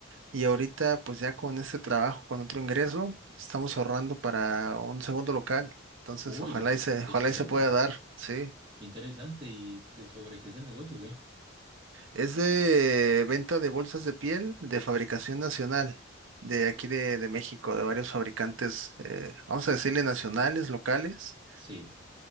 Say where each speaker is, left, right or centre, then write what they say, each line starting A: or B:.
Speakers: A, on the right; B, on the right.
A: Y ahorita, pues ya con este trabajo, con otro ingreso, estamos ahorrando para un segundo local. Entonces,
B: Uy,
A: ojalá
B: s-
A: y se,
B: qué
A: ojalá
B: chévere.
A: y se pueda dar. Sí.
B: Qué interesante. ¿Y qué- sobre qué es el negocio, qué?
A: Es de venta de bolsas de piel de fabricación nacional, de aquí de, de México, de varios fabricantes, eh, vamos a decirle nacionales, locales,
B: Sí.